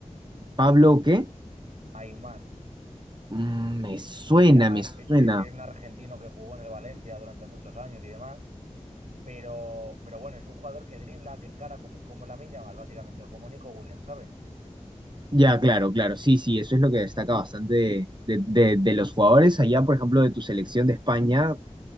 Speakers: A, on the right; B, on the right.
A: Pablo o qué.
B: Aimar
A: Mm, me suena,
B: era,
A: me suena.
B: e- e- era un argentino que jugó en el Valencia durante muchos años y demás Pero, pero bueno, es un jugador que dribla, que encara como, como Lamine Yamal, básicamente, o como Nico Williams, ¿sabes?
A: Ya, claro, claro. Sí, sí, eso es lo que destaca bastante de, de- de- de los jugadores allá, por ejemplo, de tu selección de España.